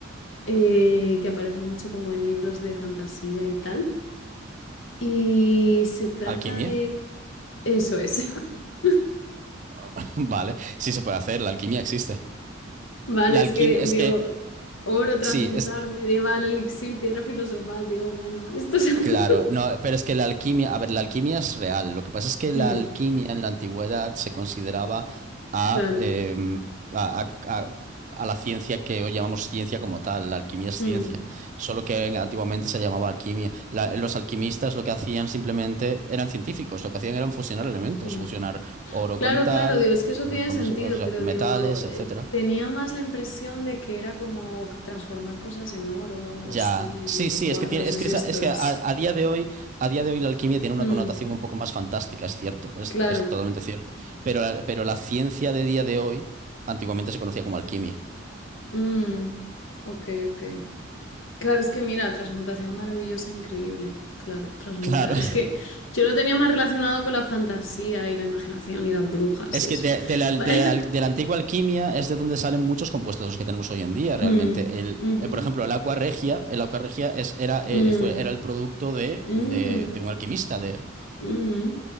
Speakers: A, on the left; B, on the right.
A: eh, que aparece mucho como en libros de fantasía y tal. Y se trata
B: ¿Alquimia?
A: de... Eso es. <laughs>
B: <laughs> Vale, sí se puede hacer, la alquimia existe.
A: Vale,
B: La
A: es
B: alquimia,
A: que digo,
B: es que,
A: oro transmutar,
B: sí, es
A: medieval, elixir, piedra filosofal. Digo, bueno, esto es... <laughs>
B: Claro, no, pero es que la alquimia, a ver, la alquimia es real. Lo que pasa es que la
A: Mm,
B: alquimia en la antigüedad se consideraba a,
A: claro.
B: em, a, a- a- a la ciencia que hoy llamamos ciencia como tal. La alquimia es
A: Mm,
B: ciencia, solo que en- antiguamente se llamaba alquimia. La- los alquimistas lo que hacían simplemente eran científicos, lo que hacían eran fusionar elementos,
A: mm.
B: fusionar oro
A: Claro,
B: con tal,
A: claro, digo, es que eso
B: oro
A: tiene
B: con
A: sentido,
B: no sé, o sea,
A: pero
B: metales,
A: digo, eh,
B: etcétera.
A: tenía más la impresión de que era como transformar cosas en oro o algo
B: Ya,
A: así.
B: sí,
A: Digo,
B: sí,
A: "Buah,
B: es que
A: no
B: tiene,
A: sé
B: es que
A: si
B: esa-
A: esto
B: es que
A: es...
B: a, a día de hoy, a día de hoy la alquimia tiene una
A: Mm,
B: connotación un poco más fantástica, es cierto, es,
A: claro.
B: es totalmente cierto. Pero la, pero la ciencia de día de hoy, antiguamente se conocía como alquimia.
A: Mm, ok, ok. Claro, es que mira, transmutación maravillosa, increíble. Claro, transmuta.
B: Claro,
A: Es que yo lo tenía más relacionado con la fantasía y la imaginación y las brujas
B: <laughs> es
A: y
B: que
A: eso.
B: de, de la, de
A: Vale.
B: la-
A: <laughs>
B: de la antigua alquimia es de donde salen muchos compuestos los que tenemos hoy en día, realmente.
A: Mm,
B: El,
A: ujú,
B: eh, por ejemplo, el aqua regia, el aqua regia es, era, eh,
A: mm,
B: fue, era el producto de,
A: mm,
B: un- de, de un alquimista, de,
A: mm,